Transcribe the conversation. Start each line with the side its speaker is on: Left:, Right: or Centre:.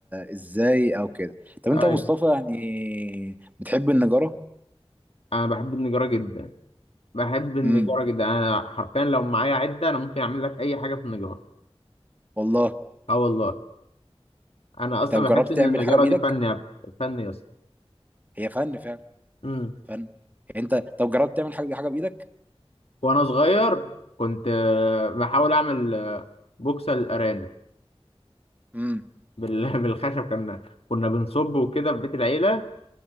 Right: ازاي او كده طب انت
Left: ايوه
Right: يا مصطفى يعني بتحب النجارة
Left: انا بحب النجارة جدا بحب النجارة
Right: امم
Left: جدا انا حرفيا لو معايا عدة انا ممكن اعمل لك اي حاجة في النجارة
Right: والله
Left: اه والله انا اصلا
Right: طب جربت
Left: بحس ان
Right: تعمل
Left: النجارة
Right: حاجة بايدك
Left: دي فن يا فن يا اسطى
Right: هي فن فعلا
Left: امم
Right: فن يعني. انت طب جربت تعمل حاجة حاجة بايدك
Left: وانا صغير كنت آه، بحاول اعمل آه، بوكسة للارانب
Right: امم
Left: بال... <laughs> بالخشب كنا كنا بنصب وكده في بيت العيلة